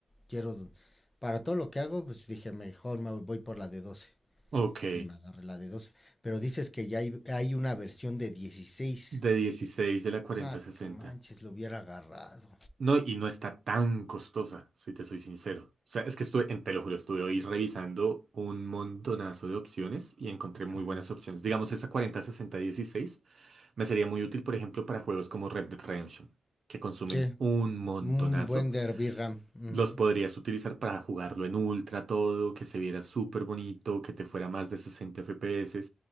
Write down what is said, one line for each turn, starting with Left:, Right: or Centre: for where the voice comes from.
Left: Quiero, para todo lo que hago, pues dije, mejor me voy por la de doce
Right: Ok.
Left: Y me agarré la de doce Pero dices que ya hay, hay una versión de dieciséis
Right: De dieciséis de la cuarenta
Left: No,
Right: sesenta
Left: que manches, lo hubiera agarrado.
Right: No, y no está tan costosa, si te soy sincero. O sea, es que estuve, en- te lo juro, estuve hoy revisando un montonazo de opciones y encontré muy
Left: Ajá.
Right: buenas opciones. Digamos, esa 40, 60, 16 me sería muy útil, por ejemplo, para juegos como Red Dead Redemption, que consumen
Left: Sí,
Right: un montonazo.
Left: un buen Derby RAM. Ujú,
Right: Los podrías utilizar para jugarlo en ultra todo, que se viera súper bonito, que te fuera más de 60 FPS.